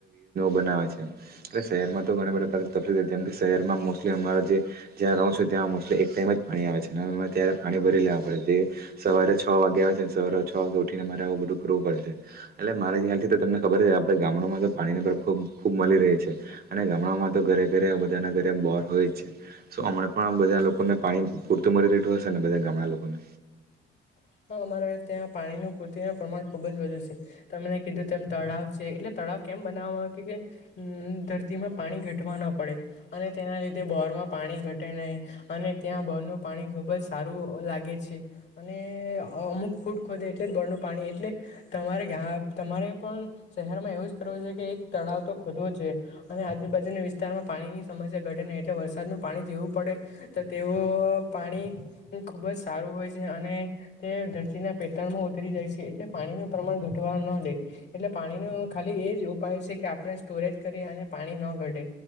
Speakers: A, on the right; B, on the left.
A: બનાવે છે એટલે શહેરમાં તો ઘણા બધા. તકલીફ જેમ કે શહેરમાં મોસ્ટલી અમા જે જ્યાં રહો છ છે ત્યાં મોસ્ટલી એક ટાઈમ જ પાણી આવે છે. ત્યારે પાણી ભરી લેવા પડે છે સવારે છ વાગે આવે છે ને સવારે છ વાગે ઉઠીને મારે આવું બધું કરરવું પડે છે. એટલે મારે ત્યાંથી તો તમને ખબર જ આપણે ગામડામાં તો પાણીની પ્ર ખૂબ મળી રહી છે અને ગામડામાં. તો ઘરે ઘરે બધાના ઘરે બોર હોય જ છે સો હમણા પણ બધા લોકોને પાણી પૂરતું મરી દઠું અને બધા ગામડા લોકોને
B: <unintelligible> હા, અમારે ત્યાં પાણીનું પૂર્તિનું પ્રમાણ ખુબ જ વધુ છે તમે કીધું તેમ તળાવ છે એટલે તળાવ કેમ બનાવવામાં આવે કે ધરતીમાં પાણી ઘટવા ન પડે અને તેના લીધે બોરમાં પાણી પાણી ઘટે નહીં અને ત્યાં બોર નું પાણી ખુબ જ સારું લાગે છે. અને અમુક ફૂટ ખોદે એટલે જ બળનું પાણી એટલે તમારે ઘ તમારે પણ શહેરમાં એવું જ કરવું છે કે એક તળાવ તો ખોદવો જોઈએ, અને આજુબાજુના વિસ્તારમાં પાણીની સમસ્યા ઘટે એટલે વરસાદનું પાણી જેવું પડે તો તેઓ પાણી ખુબ જ સારું હોય છે, અને તે ધરતીના પેટણમાં ઉતરી જાય છે એટલે પાણી ન પ્રમાણ ઘટવા ન દે એટ પાણીનો ખાલી એ જ ઉપાય છે કે આપણે સ્ટોરેજ કરી અને પાણી ન ઘટે